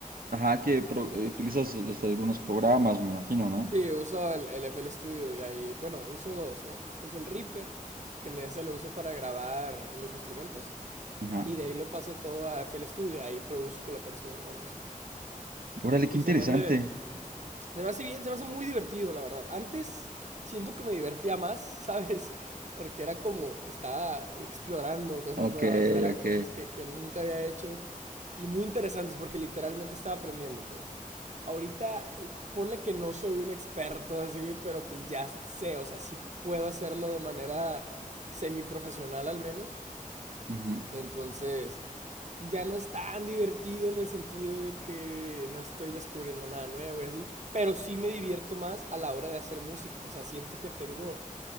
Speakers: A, on the right; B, on the right.
A: ajá, que pro- eh, utilizas este, algunos programas, me imagino, ¿no?
B: Sí, uso el, el FL Studio y ahí... Bueno, uso dos, ¿no? Uso el Reaper, que en ese lo uso para grabar los instrumentos.
A: Ajá.
B: Y de ahí lo paso todo a FL Studio. Ahí produzco la canción, la música.
A: Órale, qué
B: Y
A: interesante.
B: se me hace... Se me hace bien, se me hace muy divertido, la verdad. Antes siento que me divertía más, <laughs> ¿sabes? Porque era como, estaba explorando cosas
A: Ok,
B: nuevas, o sea, eran
A: ok.
B: cosas que, que nunca había hecho y muy interesantes porque literalmente estaba aprendiendo, pues. Ahorita, eh, ponle que no soy un experto así, pero pues ya sé, o sea, sí puedo hacerlo de manera semiprofesional al menos.
A: Ujú.
B: Entonces, ya no es tan divertido en el sentido de que no estoy descubriendo nada nuevo y así, pero sí me divierto más a la hora de hacer música. O sea, siento que tengo